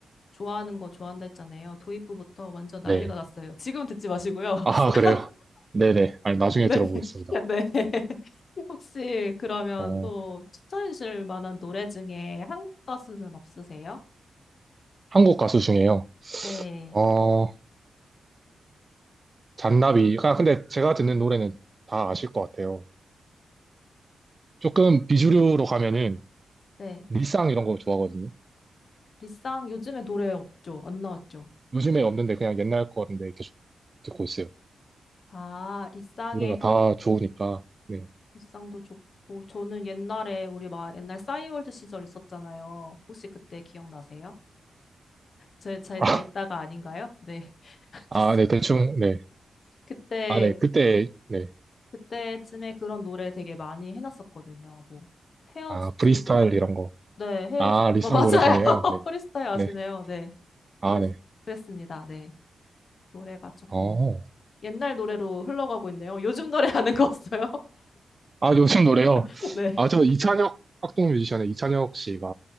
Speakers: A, on the left; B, on the right.
A: 좋아하는 거 좋아한다 했잖아요. 도입부부터 완전 난리가
B: 네.
A: 났어요. 지금 듣지 마시고요. <laughs>
B: 아, 그래요? 네네. 아니, 나중에
A: 네.
B: 들어보겠습니다.
A: <laughs> 네. <laughs> 혹시 그러면
B: 어,
A: 또 추천해 주실 만한 노래 중에 한국 가수는 없으세요?
B: 한국 가수 중에요.
A: 네.
B: 어, 잔나비가 근데 제가 듣는 노래는 다 아실 것 같아요. 조금 비주류로 가면은
A: 네.
B: 리쌍 이런 거 좋아하거든요.
A: 리쌍 요즘에 노래 없죠? 안 나왔죠?
B: 요즘에 없는데 그냥 옛날 거인데 계속 듣고 있어요.
A: 아, 리쌍의
B: 노래가
A: 그-
B: 다 좋으니까. 네.
A: 리쌍도 좋고 저는 옛날에 우리 막 옛날 싸이월드 시절 있었잖아요. 혹시 그때 기억나세요? 제, 제
B: <laughs>
A: 나이대가 아닌가요? 네. <laughs> 알겠습니다.
B: 아, 네, 대충, 네.
A: 그때,
B: 아, 네, 그때, 네.
A: 그때쯤에 그런 노래 되게 많이 해놨었거든요. 뭐, 헤어지지,
B: 아, 프리스타일 이런 거.
A: 네, 헤어지,
B: 아, 리쌍
A: 뭐, 맞아요.
B: 노래 중에요.
A: <laughs>
B: 네,
A: 프리스타일 아시네요.
B: 네.
A: 네.
B: 아,
A: 그랬,
B: 네.
A: 그랬습니다. 네. 노래가 조금
B: 어.
A: 옛날 노래로 흘러가고 있네요. 요즘 노래 아는 거 없어요?
B: 아, 요즘 노래요.
A: <laughs> 네.
B: 아, 저 이찬혁, 학동 뮤지션의 이찬혁 씨가